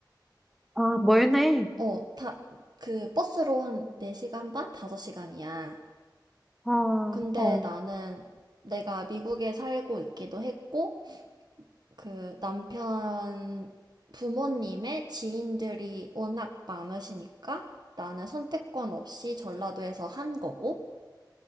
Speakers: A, in the centre; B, on the right.
A: 아 멀네.
B: 어, 다, 그 버스로 한 4시간 반? 5시간이야.
A: 아
B: 근데
A: 어.
B: 나는 내가 미국에 살고 있기도 했고, 그 남편 부모님의 지인들이 워낙 많으시니까 나는 선택권 없이 전라도에서 한 거고,